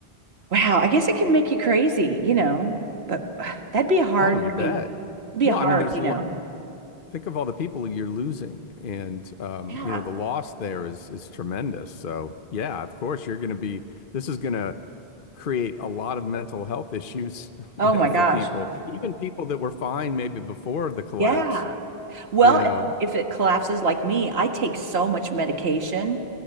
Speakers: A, on the right; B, on the left.
A: Wow, I guess it can make you crazy, you know, but <sighs> that'd be a hard,
B: Oh, you
A: I
B: bet.
A: mean, it'd be
B: Well,
A: a hard,
B: I mean, there's
A: you
B: a
A: know.
B: lot. think of all the people you're losing and um,
A: Yeah.
B: you know the loss there is is tremendous so yeah of course you're going to be this is going to create a lot of mental health issues <laughs>
A: Oh
B: you know
A: my
B: for
A: gosh.
B: people even people that were fine maybe before the collapse
A: Yeah. Well,
B: you know
A: if if it collapses like me, I take so much medication.